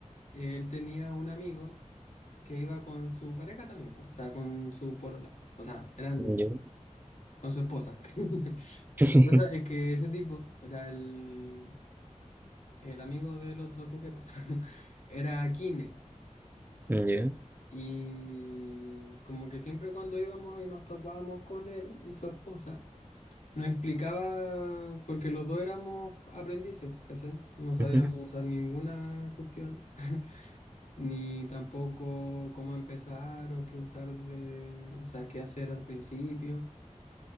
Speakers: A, on the left; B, on the right.
A: él tenía un amigo que iba con su pareja también, po, o sea, con su porola O sea, eran
B: Ya.
A: con su esposa. <laughs>
B: <laughs>
A: La cosa es que ese tipo, o sea, el, el amigo del otro sujeto, <laughs> era kine.
B: Ya,
A: Y como que siempre cuando íbamos y nos topábamos con él y su esposa, nos explicaba, porque los dos éramos aprendices, ¿cachai? No sabíamos
B: ujú.
A: usar ninguna cuestión, <laughs> ni tampoco cómo empezar o qué usar de, o sea, qué hacer al principio.